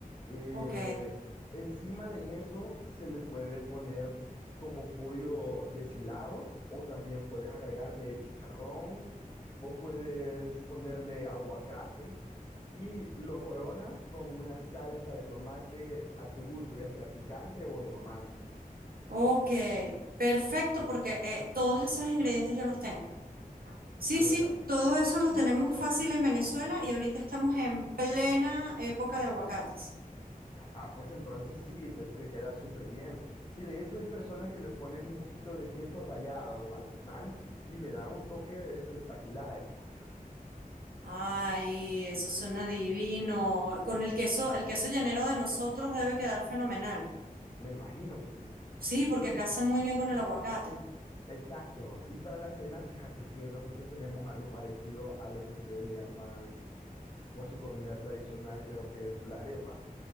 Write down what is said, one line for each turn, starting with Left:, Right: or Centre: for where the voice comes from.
Left: Eh,
Right: Ok,
Left: encima de eso se le puede poner como pollo deshilado o también puedes agregarle chicharrón o puedes ponerle aguacate y lo coronas con una salsa de tomate a tu gusto, ya sea picante o normal,
Right: ok, perfecto, porque eh, todos esos ingredientes yo los tengo. Sí,
Left: de
Right: sí,
Left: verdad.
Right: todos esos los
Left: Sí,
Right: tenemos
Left: sí son,
Right: fácil en Venezuela y ahorita estamos en plena época de aguacates.
Left: Ah, pues entonces sí, te, te queda súper bien. Y de hecho hay personas que le ponen un poquito de queso rallado al final y le da un toque espectacular a esa comida.
Right: Ay, eso suena divino. Con el queso,
Left: Sí,
Right: el queso llanero de nosotros debe quedar fenomenal.
Left: me imagino que sí.
Right: Sí, porque
Left: Y
Right: casa muy bien con el aguacate.
Left: exacto. Y para la cena, fíjate que nosotros tenemos algo parecido a lo que ustedes le llaman, o a su comida tradicional, creo que es la arepa,